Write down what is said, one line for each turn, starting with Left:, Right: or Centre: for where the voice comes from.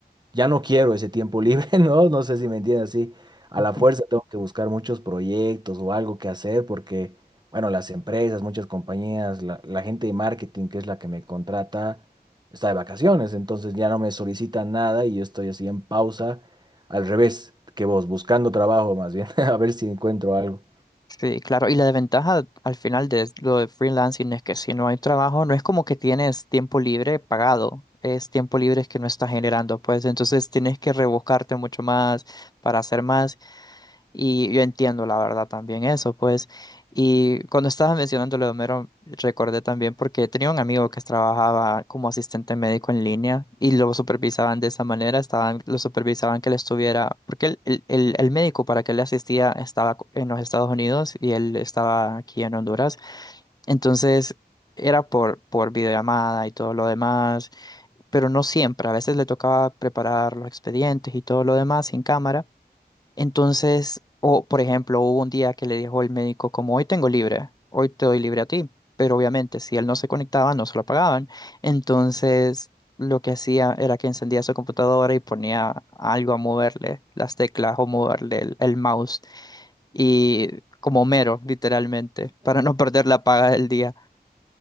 Right: ya no quiero ese tiempo libre, <laughs> ¿no? No sé si me entiendes así. A
Left: Ujú.
Right: la fuerza tengo que buscar muchos proyectos o algo que hacer porque, bueno, las empresas, muchas compañías, la, la gente de marketing, que es la que me contrata, está de vacaciones, entonces ya no me solicitan nada y yo estoy así en pausa, al revés que vos, buscando trabajo más bien, <laughs> a ver si encuentro algo.
Left: Sí, claro. Y la desventaja al final de lo de freelancing es que si no hay trabajo, no es como que tienes tiempo libre pagado. Es tiempo libre que no estás generando, pues entonces tienes que rebuscarte mucho más para hacer más. Y yo entiendo la verdad también eso, pues. Y cuando estabas mencionando lo de Homero, recordé también porque tenía un amigo que trabajaba como asistente médico en línea y lo supervisaban de esa manera, estaban, lo supervisaban que él estuviera, porque el, el, el, el médico para que le asistía estaba co- en los Estados Unidos y él estaba aquí en Honduras. Entonces era por, por videollamada y todo lo demás, pero no siempre, a veces le tocaba preparar los expedientes y todo lo demás sin cámara. Entonces, o por ejemplo, hubo un día que le dijo el médico como hoy tengo libre, hoy te doy libre a ti, pero obviamente si él no se conectaba no se lo pagaban. Entonces, lo que hacía era que encendía su computadora y ponía algo a moverle, las teclas o moverle el, el mouse y como mero, literalmente, para no perder la paga del día.